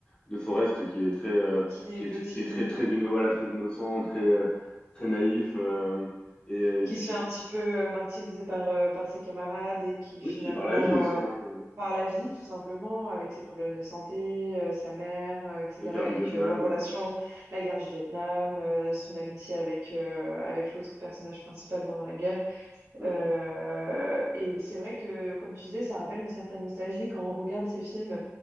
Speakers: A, on the left (about 20°); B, on the right (about 70°).
A: de Forrest qui est très, euh,
B: Qui
A: qui
B: est petit,
A: est, qui est très, très,
B: qui,
A: inno- voilà, très innocent, très, euh, très naïf euh, et euh,
B: qui
A: qui,
B: se
A: fi-
B: fait un petit peu euh, martyriser par, euh, par ses camarades et qui
A: oui,
B: finalement
A: et par la vie aussi,
B: euh,
A: hein,
B: par la vie, tout simplement, avec ses problèmes de santé, euh, sa mère, euh, etc.,
A: la guerre
B: avec
A: du Vietnam.
B: euh, leur relation, la guerre du Vietnam, euh, son amitié avec, euh, avec l'autre personnage principal pendant la guerre.
A: euh,
B: Euh, et c'est vrai que, comme tu disais, ça rappelle une certaine nostalgie quand on regarde ces films